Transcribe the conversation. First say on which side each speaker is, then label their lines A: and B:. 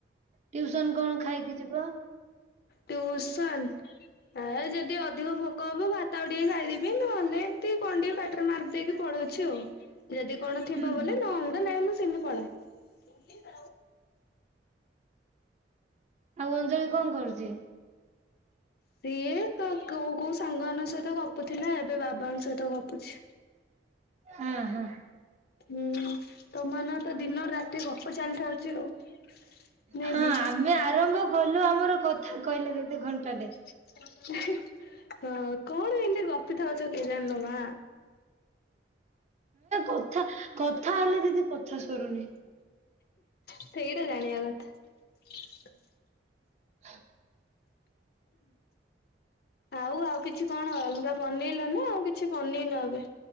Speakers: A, on the right (about 40°); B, on the left (about 55°).
A: ଟିଉସନ୍ କଣ ଖାଇକି ଯିବ?
B: ଟ୍ୟୁସନ୍ ଏ- ଯଦି ଅଧିକ ଭୋକ ହବ ଭାତ୍ <unintelligible> ଟିକେ ଖାଇଦେବି ନହେଲେ ଏମିତି କଣ୍ ଟିକେ ପାଟିରେ ମାରିଦେଇକି ପଳଉଛି ଆଉ। ଯଦି କଣ ଥିବ
A: ହୁଁ ହୁଁ।
B: ବୋଲେ, ନହେଲେ ତ ନାଇଁ ମୁଁ ସେମିତି ପଳାଏ।
A: ଆଉ ଅଞ୍ଜଳି କଣ କରୁଛି?
B: ସିଏ ତ କୋଉ କୋଉ ସାଙ୍ଗମାନଙ୍କ ସହିତ ଗପୁଥିଲା ଏବେ ବାବାଙ୍କ ସହିତ ଗପୁଛି।
A: ହଁ ହଁ।
B: ହମ୍- ତମମାନଙ୍କର ତ ଦିନ ରାତି ଗପ ଚାଲିଥାଉଛି ଆଉ। ନାଇଁକି
A: ହଁ ଆମେ ଆରମ୍ଭ କଲୁ ଆମର କଥା କହିଲେ ଦିଦି ଘଣ୍ଟା ଟେ।
B: <unintelligible> ହଁ କଣ ଏମିତି ଗପି ଥାଉଛ କେଜାଣ ଲୋ ମା।
A: କଥା, କଥା ହେଲେ ଦିଦି କଥା ସରୁନି।
B: ସେଇଟା ଜାଣିବା କଥା।
A: ହୁଁ।
B: ଆଉ ଆଉ କିଛି କଣ ଆଣଲୁ? <unintelligible> ତ ବନେଇଲ ନା ଆଉ କିଛି ବନେଇନ ଏବେ